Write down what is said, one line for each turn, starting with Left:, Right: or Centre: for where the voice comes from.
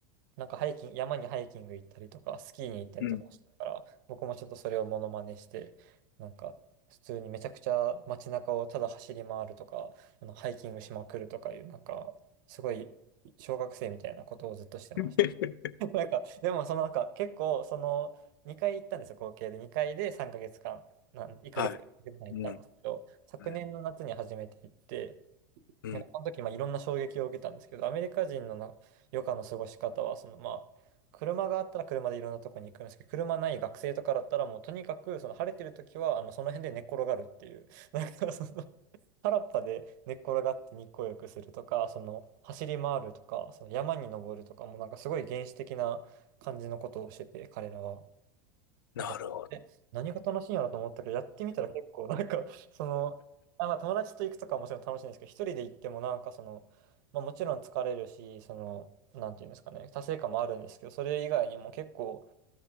Right: なんかハイキング、山にハイキング行ったりとか、スキーに行ったりとかしたから、
Left: うん、
Right: 僕もちょっとそれをモノマネして、なんか、普通にめちゃくちゃ街中をただ走り回るとか、あの、ハイキングしまくるとかいう、なんか、すごい小学生みたいなことをずっとしてまし
Left: <laughs>
Right: た。<laughs> なんか、でもそのなんか、結構、その、2回行ったんですよ、合計で。2回で3ヶ月間、なん、1ヶ月間行ったんですけど、
Left: はい。うん、
Right: 昨年の夏に初めて行って、
Left: はい、うん、
Right: なんかその時、まあ、いろんな衝撃を受けたんですけど、アメリカ人のな余暇の過ごし方は、その、まあ、車があったら車でいろんなとこに行くんですけど、車ない学生とかだったら、もうとにかく、その晴れてる時は、あの、その辺で寝っ転がるっていう、<laughs> なんかその、原っぱで寝っ転がって日光浴するとか、その、走り回るとか、その山に登るとか、もうなんかすごい原始的な感じのことをしてて、彼らは。
Left: なるほど。
Right: なんか、え、何が楽しいんやろと思ったけど、やってみたら結構、なんか、<laughs> その、あ、まあ、友達と行くとかはもちろん楽しいんですけど、一人で行ってもなんかその、まあ、もちろん疲れるし、その、なんていうんですかね、達成感もあるんですけど、それ以外にも結構、